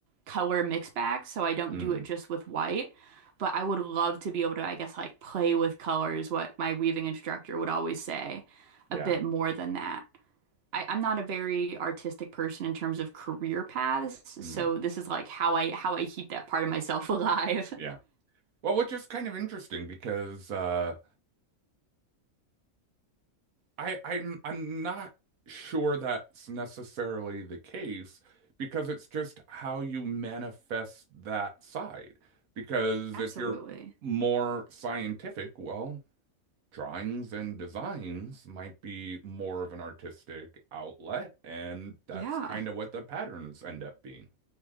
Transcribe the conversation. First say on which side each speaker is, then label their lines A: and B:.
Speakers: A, on the right; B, on the right.
A: color mix bag, so I don't
B: mm,
A: do it just with white. But I would love to be able to, I guess, like play with colors, what my weaving instructor would always say
B: yeah.
A: a bit more than that. I, I'm not a very artistic person in terms of career paths,
B: Mm,
A: so this is like how I how I keep that part of myself alive.
B: yeah. Well, which is kind of interesting because uh, I I'm I'm not sure that's necessarily the case because it's just how you manifest that side. Because
A: <laughs> Absolutely.
B: if you're more scientific, well, drawings and designs might be more of an artistic outlet, and that's
A: Yeah.
B: kind of what the patterns end up being.